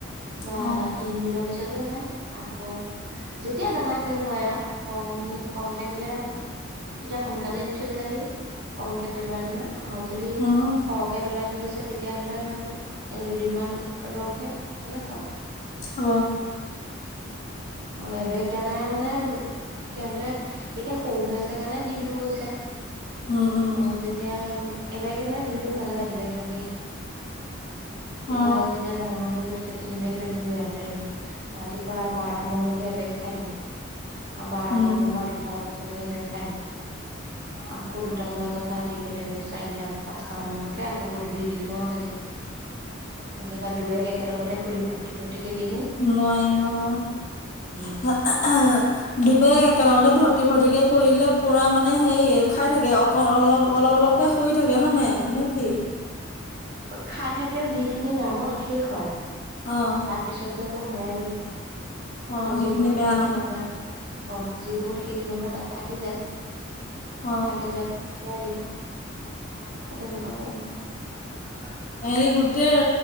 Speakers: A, on the right; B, on the left.
A: বা
B: অ
A: তিনদিনৰ পিছতো আহে। আকৌ যেতিয়া দানা শেষ হয় আও। কম কম থাকিলে তেতিয়া সোনকালে দি থৈ যায়হি কমকে পেলোৱা দিনা আও যদি
B: উম
A: সৰহকে পেলাই থ থৈ গৈছে তেতিয়াহ'লে এক দুদিন মান ৰখে তেনেকুৱা।
B: অ
A: আও এবেগ দানাৰে মানে সিহঁতে এতিয়া সৰু হৈ আছে কাৰণে দিনটো গৈছে।
B: উম উম
A: আৰু যেতিয়া এবেগ হ'লে দিনটো নাযায়, দুবেগ লাগেই। তেতিয়া
B: অ
A: আও যেতিয়া ডাঙৰ হয় আহিব তেতিয়া তিনিবেগ লাগিব ইয়াত আৰু ৰাতিপুৱা বাৰটা মানলৈকে এবেগ খাই দিব। বাৰটা
B: উম
A: মানৰ পৰা দুটামান বজালৈকে এবেগ খাই দিব। আকৌ দুটামান বজাত পা দিব লাগিব চাৰিটা পাঁচটা মানলৈকে। আকৌ গধূলি দি দিও আও হৈ যায়। নহ'লেবা দুবেগ একেলগতে খুলি ভৰ্তি ভৰ্তিকে দি দিম।
B: নোৱাৰি অ <unintelligible>
A: হৈ যায়
B: দুবেগ একেলগতে ভৰ্তি ভৰ্তিকে কৰিলে পুৰা মানে হেই খাই থাকে আও অক অলপ অলপ অলপকে সৰি থাকে। হয় নাই হয় নে কি?
A: খাই থাকে যিখিনি ড্ৰামত শেষ হয়
B: অ
A: তাত পিছত গৈ আকৌ ভৰাই দিওঁ
B: অ
A: আৰু
B: সেইখিনি
A: যিবোৰত
B: বেয়া
A: শেষ নহয় অ যিবোৰত শেষ নহয় তাত থাকি যায়।
B: অ
A: থাকি যোৱাখিনি উলিয়াই দিওঁ সেই তেনেকুৱা কৰো। <unintelligible>
B: হেৰি গোটেই